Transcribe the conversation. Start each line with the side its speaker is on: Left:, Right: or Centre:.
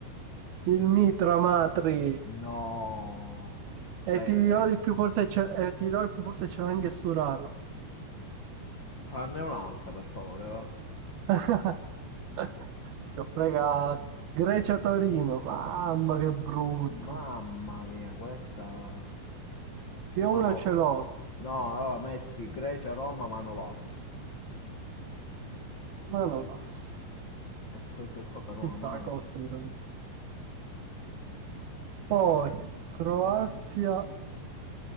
Right: Il mitra matri.
Left: No.
Right: E
Left: Play
Right: ti
Left: again.
Right: dirò di più, forse c'è, e ti dirò di più, forse c'era anche Sturaro.
Left: Fanne un'altra, per favore, va.
Right: <laughs> Ti ho fregato. Grecia-Torino, mamma che brutto.
Left: Mamma mia, questa...
Right: Io
Left: Mano...
Right: uno ce l'ho,
Left: No, allora metti Grecia, Roma, Manolas.
Right: ma non passo.
Left: E questo è qua per una
Right: Ci sta,
Left: mano.
Right: Costanzo. Poi, Croazia